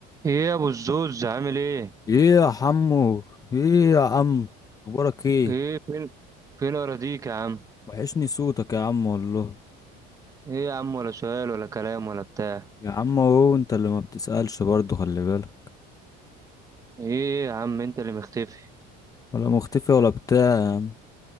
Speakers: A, on the right; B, on the left.
A: ايه يا ابو الزوز عامل ايه
B: ايه يا عمو ايه يا عم اخبارك ايه
A: ايه فين فين اراضيك يا عم
B: وحشني صوتك يا عم والله
A: ايه يا عم ولا سؤال ولا كلام ولا بتاع
B: يا عم اهو انت اللي ما بتسألش برضه خلي بالك
A: ايه يا عم انت اللي مختفي
B: ولا مختفي ولا بتاع يا عم